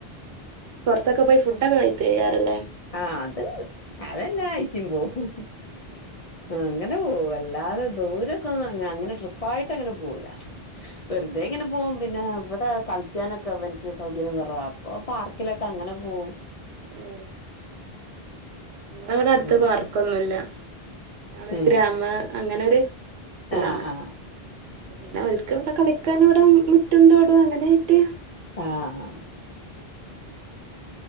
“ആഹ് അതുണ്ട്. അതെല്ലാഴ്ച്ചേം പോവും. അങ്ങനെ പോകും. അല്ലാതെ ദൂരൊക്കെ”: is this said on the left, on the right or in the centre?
Left